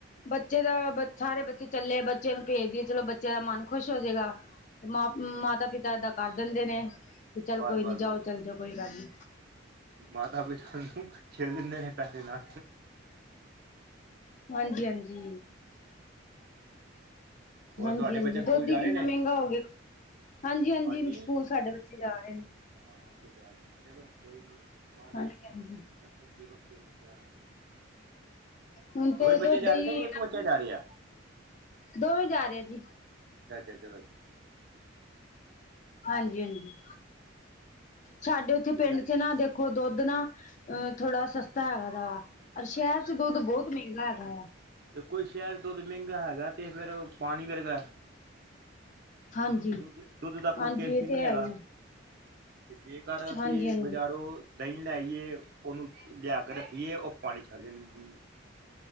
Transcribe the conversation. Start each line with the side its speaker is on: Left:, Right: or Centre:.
Left: ਬੱਚੇ ਦਾ, ਬ ਸਾਰੇ ਬੱਚੇ ਚੱਲੇ ਐ, ਬੱਚਿਆਂ ਨੂੰ ਭੇਜ ਦਈਏ ਚਲੋ ਬੱਚਿਆਂ ਦਾ ਮਨ ਖੁਸ਼ ਹੋ ਜਾੇਗਾ। ਤੇ ਮਾ ਮਾਤਾ ਪਿਤਾ ਏਦਾਂ ਕਰ ਦਿੰਦੇ ਨੇ, ਵੀ ਚੱਲ
Right: ਬਸ
Left: ਕੋਈ
Right: ਬਸ
Left: ਨੀ ਜਾਓ
Right: ਬਸ
Left: ਚੱਲ ਜਾਓ ਕੋਈ ਗੱਲ ਨੀ।
Right: ਮਾਤਾ ਪਿਤਾ ਨੂ ਛੇੜ ਦਿੰਦੇ ਨੇ ਪੈਸੇ ਨਾ।
Left: ਹਾਂਜੀ-ਹਾਂਜੀ।
Right: ਉਹ
Left: ਹਾਂਜੀ-ਹਾਂਜੀ
Right: ਤੁਹਾਡੇ ਬੱਚੇ ਸਕੂਲ
Left: ਦੁੱਧ
Right: ਜਾ
Left: ਈ ਕਿੰਨਾ
Right: ਰਹੇ ਨੇ
Left: ਮਹਿੰਗਾ ਹੋ ਗਿਆ। ਹਾਂਜੀ-ਹਾਂਜੀ,
Right: ਹਾਂਜੀ
Left: ਸਕੂਲ ਸਾਡੇ ਬੱਚੇ ਜਾ ਰਹੇ ਨੇ।
Right: ਹਾਂ ਉਥੇ ਜਾ ਰਹੇ ਨੇ, ਚਲੋ ਕੋਈ ਨੀ ਮਹਾਰਾਜ।
Left: ਹਾਂਜੀ ਹਾਂਜੀ
Right: ਨਾਲ ਪੱਕੀ, ਪੱਕੀ ਪੱਕੀ ਏ, ਬੱਚਿਆਂ ਨੂੰ।
Left: ਹੁਣ ਤੇ
Right: ਹੀ ਬੱਚੇ
Left: ਦੋ
Right: ਜਾ
Left: ਦਹੀਂ,
Right: ਰਹੇ ਨੇ ਕਿ ਇੱਕ ਬੱਚਾ ਜਾ ਰਿਹਾ
Left: ਦੋਵੇਂ ਜਾ ਰਿਹਾ ਜੀ।
Right: ਜਾ ਜਾ ਚਲੋ ਜੀ
Left: ਹਾਂਜੀ-ਹਾਂਜੀ, ਸਾਡੇ ਉੱਥੇ
Right: ਇਹਨਾਂ
Left: ਪਿੰਡ ਚ ਨਾ ਦੇਖੋ। ਦੇਖੋ ਦੁੱਧ ਨਾ ਅ ਥੋੜਾ ਸਸਤਾ ਹੈਗਾ ਦਾ ਵਾ, ਸ਼ਹਿਰ
Right: ਅੱਛਾ
Left: ਚ ਦੁੱਧ ਬਹੁਤ ਮਹਿੰਗਾ ਹੈਗਾ ਆ।
Right: ਤੇ ਕੋਈ ਸ਼ਹਿਰ ਦੁੱਧ ਮਹਿੰਗਾ ਹੈਗਾ, ਤੇ ਫੇਰ ਪਾਣੀ ਵਰਗਾ।
Left: ਹਾਂਜੀ
Right: ਦੁੱਧ ਦੁੱਧ ਦਾ ਕੋਈ
Left: ਹਾਂਜੀ
Right: ਟੇਸਟ
Left: ਇਹ
Right: ਨਹੀਂ
Left: ਤੇ ਹੈ
Right: ਹੈਗਾ।
Left: ਹੀ
Right: ਤੇ ਜੇ ਕਰ ਅਸੀਂ
Left: ਹਾਂਜੀ ਹਾਂਜੀ
Right: ਬਜ਼ਾਰੋਂ। ਦਹੀਂ ਲੈ ਆਈਏ, ਉਹਨੂੰ ਲਿਆ ਕੇ ਰੱਖੀਏ, ਉਹ ਪਾਣੀ ਛੱਡ ਦੇੰਦੀ ਏ।